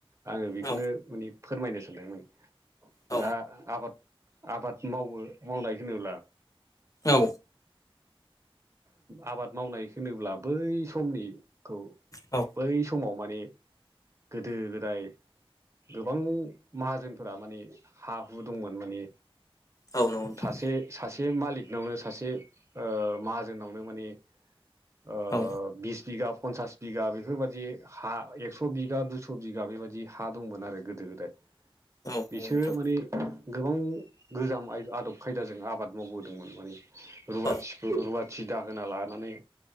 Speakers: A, on the right; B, on the left.
A: आङो बेखौनो
B: औ
A: माने फोरमायनो सानदोंमोन।
B: औ
A: दा आबाद आबाद मावो मावनाय होनोब्ला
B: औ।
A: आबाद मावनाय होनोब्ला बै समनिखौ
B: औ
A: बै समाव माने गोदो गोदाय गोबां माहाजोनफोरा माने हा हु दंमोन माने
B: औ नंगौ नोंथां
A: सासे सासे मालिकनावनो सासे ओ माहाजोननावनो माने। ओ
B: औ
A: बिस बिगा पन्सास बिगा बेफोरबायाददि हा एक्स' बिगा दुइस' बिगा बेबायाददि हा दंमोन आरो गोदो गोदाय
B: औ नोंथां
A: बिसोरो माने गोबां गोजाम आदब खायदाजों आबाद मावबोदोंमोन माने रुवाथिखौ
B: औ
A: रुवाथि दाहोना लानानै